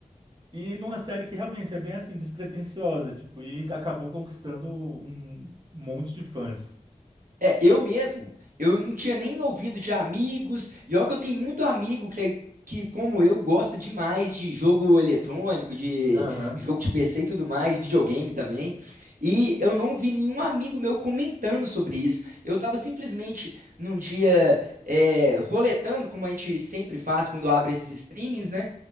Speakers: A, on the right (about 35°); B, on the right (about 85°).
A: E numa série que realmente é bem assim, despretensiosa, tipo, e acabou conquistando um monte de fãs.
B: É, eu mesmo, eu não tinha nem ouvido de amigos, e olha que eu tenho muito amigo que, é- que, como eu, gosta demais de jogo eletrônico, de
A: Aham.
B: jogo de PC e tudo mais, videogame também, e eu não vi nenhum amigo meu comentando sobre isso. Eu estava simplesmente num dia é, roletando, como a gente sempre faz quando abre esses streamings, né?